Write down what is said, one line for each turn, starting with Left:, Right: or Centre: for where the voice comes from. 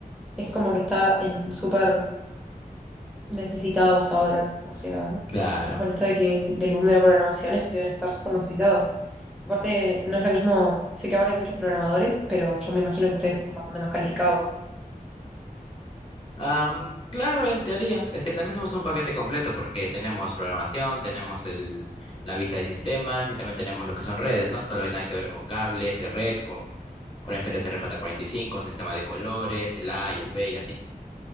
Centre: es como que está en súper necesitados ahora. O sea,
Left: Claro.
Centre: con esto de que del boom de la programación es- deben estar súper necesitados. Aparte, no es lo mismo, sé que ahora hay muchos programadores, pero yo me imagino que ustedes están bastante más calificados.
Left: Am, claro, en teoría. Es que también somos un paquete completo porque tenemos programación, tenemos el, la vista de sistemas y también tenemos lo que son redes, ¿no? Todo lo que tenga que ver con cables de red, con conectores rj cinco un sistema de colores, el A y el B y así.